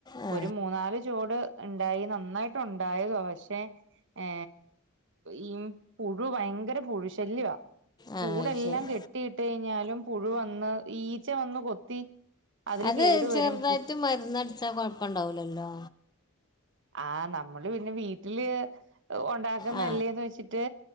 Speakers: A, on the left; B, on the right.
A: ആ
B: ഒരു മൂന്നാല് ചോട് ഇണ്ടായി നന്നായിട്ട് ഉണ്ടായതുവാ പക്ഷെ ഏ ഈ പുഴു ഭയങ്കര പുഴു ശല്യവാ.
A: ആ
B: കൂടെല്ലാം
A: ശരി
B: കെട്ടിയിട്ട് കഴിഞ്ഞാലും പുഴു വന്ന് ഈച്ച വന്ന് കൊത്തി അതില്
A: അത്
B: കേടു
A: ചെർതായിട്ട്
B: വരും
A: മര്ന്ന അട്ച്ചാ കൊഴപ്പം ഇണ്ടാവൂലല്ലോ.
B: ആഹ് നമ്മള് പിന്നെ വീട്ടില് ഒണ്ടാക്കുന്നല്ലേന്ന്
A: ആ
B: വെച്ചിട്ട്